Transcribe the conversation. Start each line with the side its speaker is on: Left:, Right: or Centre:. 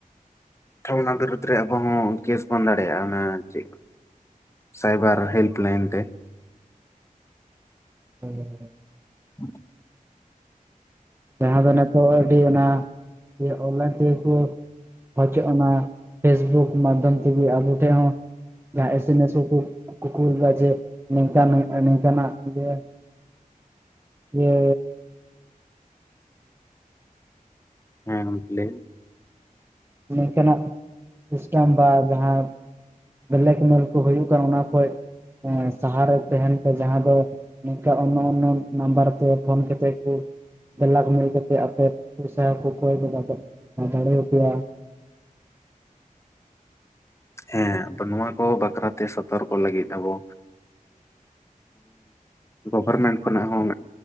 Left: ᱷᱟ ᱵᱤᱨᱩᱫ ᱨᱮ ᱟᱵᱚ ᱦᱚᱸ ᱠᱮᱥ ᱵᱚᱱ ᱫᱟᱲᱮᱭᱟᱜᱼᱟ ᱚᱱᱟ ᱪᱮ, ᱥᱟᱭᱵᱟᱨ ᱦᱮᱞᱯ ᱞᱟᱭᱤᱱ ᱛᱮ
Right: ᱦᱮᱸᱻ
Left: ᱦ <inaudible>
Right: ᱡᱟᱦᱟᱸ ᱫᱚ ᱱᱤᱛᱚᱜ ᱟᱹᱰᱤ ᱚᱱᱟ ᱚᱱᱞᱟᱭᱤᱱ ᱛᱤ, ᱦᱚᱪᱚᱜ ᱚᱱᱟ ᱯᱷᱮᱥᱵᱩᱠ ᱢᱟᱫᱽᱫᱷᱚᱢ ᱛᱮᱜᱮ ᱟᱵᱚ ᱴᱷᱮᱱ ᱦᱚᱸ ᱡᱟᱦᱟᱸ ᱮᱥᱢᱮᱥ ᱠᱚᱠᱚ ᱠᱩᱞ ᱮᱟ ᱡᱮ ᱱᱤᱝᱠᱟ ᱱᱚᱝᱠᱟ ᱱᱤᱝ ᱡᱟᱦᱱᱟᱜ ᱡᱮ ᱤᱭᱟᱹ
Left: ᱦᱮᱸ ᱜᱚᱝᱠᱮ ᱞᱟᱹᱭ ᱢᱮ
Right: ᱱᱝᱠᱟᱱᱟᱜ ᱥᱤᱥᱴᱮᱢ ᱵᱟ ᱡᱟᱦᱟᱸ ᱵᱞᱮᱠ ᱢᱮᱞ ᱠᱚ ᱦᱩᱭᱩᱜ ᱠᱟᱱᱟ ᱚᱱᱟ ᱠᱷᱚᱡ ᱥᱟᱦᱟᱨᱮ ᱛᱟᱦᱮᱱ ᱯᱮ ᱡᱟᱦᱟᱸ ᱫᱚ ᱱᱤᱝᱠᱟ ᱚᱱᱱᱚ ᱚᱱᱱᱚ ᱱᱟᱢᱵᱟᱨ ᱛᱮ ᱯᱷᱳᱱ ᱛᱮᱫ ᱠᱩ ᱵᱮᱞᱮᱠ ᱢᱮᱞ ᱠᱟᱛᱮ ᱟᱯᱮ ᱯᱚᱭᱥᱟ ᱦᱚᱸᱠᱩ ᱠᱚᱭ ᱫᱟᱲᱮᱭᱟᱯᱮᱭᱟ,
Left: ᱦᱮᱸ ᱟᱫ ᱱᱚᱣᱟ ᱠᱚ ᱵᱟᱠᱷᱨᱟᱛᱮ ᱥᱚᱛᱚᱨᱠᱚ ᱞᱟᱹᱜᱤᱫ ᱟᱵᱚ ᱜᱚᱵᱷᱚᱨᱢᱮᱱᱴ ᱠᱷᱚᱱᱚᱱᱟᱜ ᱦᱚᱸ